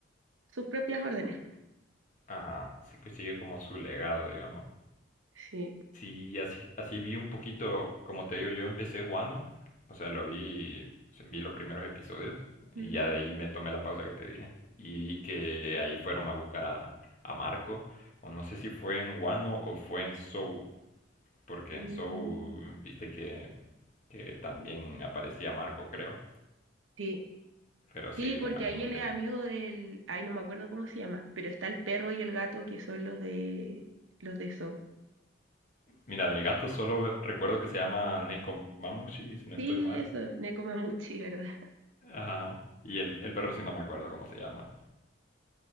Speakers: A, on the right; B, on the left.
A: sus propias órdenes.
B: Ajá, sí que sigue como su legado, digamos.
A: Sí.
B: Sí, así, así vi un poquito, como te digo, yo empecé Wano, o sea, lo vi, vi los primeros episodios
A: Ujú.
B: y ya de ahí me tomé la pausa que te dije y vi que ahí fueron a buscar a, a Marco, o no sé si fue en Wano o fue en Soul, porque en
A: Mm,
B: Soul viste que, que también aparecía Marco, creo,
A: sí.
B: pero sí,
A: Sí, porque
B: me imagino
A: ahí él
B: que...
A: es amigo del, ay, no me acuerdo cómo se llama, pero está el perro y el gato que son los de los de eso
B: Mira, del gato solo recuerdo que se llama Nekomamushi, si no
A: Sí,
B: estoy mal.
A: eso, Nekomamuchi, ¿verdad? <laughs>
B: Ajá. Y el, el perro sí no me acuerdo cómo se llama.